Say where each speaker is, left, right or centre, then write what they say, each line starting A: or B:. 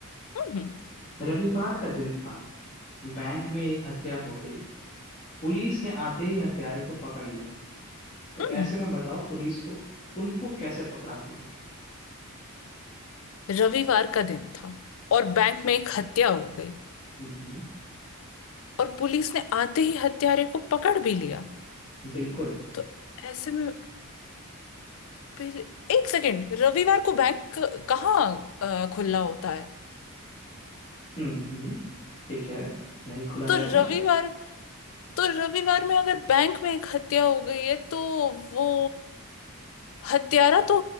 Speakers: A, on the left; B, on the left.
A: हम्म
B: रविवार का दिन था बैंक में एक हत्या हो गई पुलिस ने आते ही हत्यारे को पकड़ लिया तो
A: हम्म
B: ऐसे
A: हम्म।
B: में बताओ पुलिस को उनको कैसे पकड़ा होगा
A: रविवार का दिन था और बैंक में एक हत्या हो गई
B: हम्म हम्म,
A: और पुलिस ने आते ही हत्यारे को पकड़ भी लिया
B: बिल्कुल
A: तो ऐसे में पहले- एक सेकेंड रविवार को बैंक कहाँ अ, खुला होता है
B: हम्म हम्म ठीक है नहीं खुला
A: तो
B: रहता
A: रविवार तो रविवार में अगर बैंक में एक हत्या हो गई है तो वो हत्यारा तो